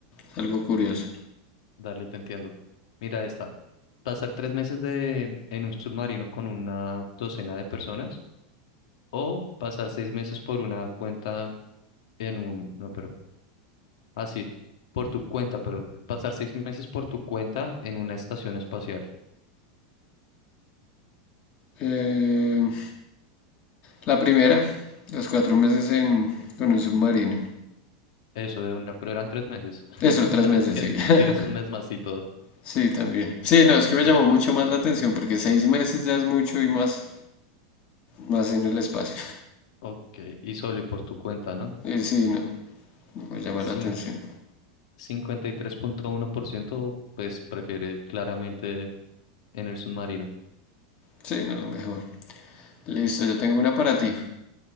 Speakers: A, on the left (about 35°); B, on the left (about 75°).
A: es algo curioso.
B: Dale, te entiendo. Mira esta. Pasar tres meses de, en un submarino con una docena de personas o pasar seis meses por una cuenta en un... No, pero... Ah, sí, por tu cuenta, pero pasar seis meses por tu cuenta en una estación espacial.
A: Eh, la primera, los cuatro meses en, con un submarino.
B: Eso de una, pero eran tres meses. <laughs>
A: Eso, tres
B: Ya,
A: meses,
B: ¿quie-
A: sí.
B: Quieres
A: <laughs>
B: un mes más y todo.
A: Sí, también. Sí, no, es que me llamó mucho más la atención porque seis meses ya es mucho y más, más en el espacio.
B: Ok, y solo y por tu cuenta, ¿no?
A: Y sí, no, no me llama
B: Cin-
A: la atención.
B: cincuenta y tres punto uno por ciento pues prefiere claramente en el submarino.
A: Sí, no, mejor. Listo, yo tengo una para ti.